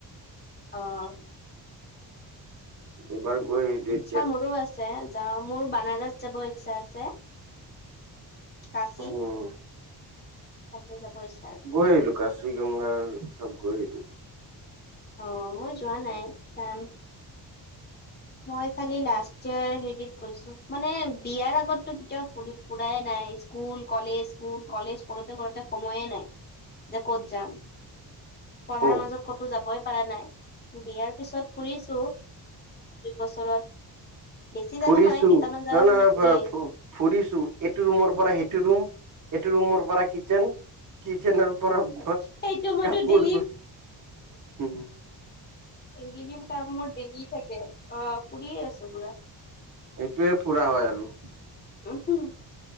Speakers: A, on the left; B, on the right.
A: অ'।
B: এবাৰ। গৈ আহিলো
A: ইচ্ছা
B: এতিয়া
A: মোৰো আছে। যাওঁ মোৰ বানাৰস যাব ইচ্ছা আছে। কাচি
B: উম
A: তাতে যাব ইচ্ছা আছে।
B: গৈ আহিলো কাশী গংগা চব গৈ আহিলোঁ।
A: অ' মই যোৱা নাই কাম মই খালি লাষ্ট ইয়েৰ হেৰিত গৈছো মানে বিয়াৰ আগতটো কেতিয়াও ফুৰাই নাই। স্কুল কলেজ স্কুল কলেজ কৰোতে কৰোতে সময়ে নাই। যে ক'ত যাম।। পঢ়াৰ
B: উম
A: মাজত ক'তো যাবই পাৰা নাই বিয়াৰ পিছত ফুৰিছো। দুই বছৰত বেছি জাগা
B: ফুৰিছো
A: নহয় কেইটামান জাগা
B: না না
A: মানে ফুৰি আহিছো
B: ফুৰিছো এইটো ৰুমৰ পৰা সেইটো ৰুম এইটো ৰুমৰ পৰা কিচেন।। কিচেনৰ পৰা
A: সেইটো মইতো
B: কাপোৰ
A: ডেইলি
B: ধুব উম।
A: সেইখিনি কাম মোৰ দেৰি থাকে অ' ফুৰিয়ে আছো পুৰা।
B: এইটোৱে পুৰা হয় আৰু।
A: উম হম